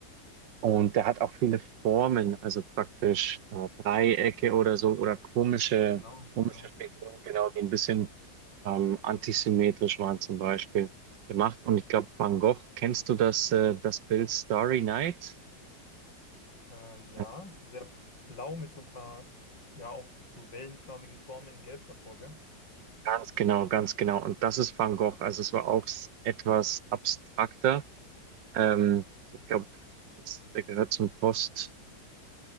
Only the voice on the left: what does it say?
Genau,
genau.
Äh, ja,
so sehr blau mit so ein paar, ja, auch so wellenförmigen Formen in Gelb davor, gell?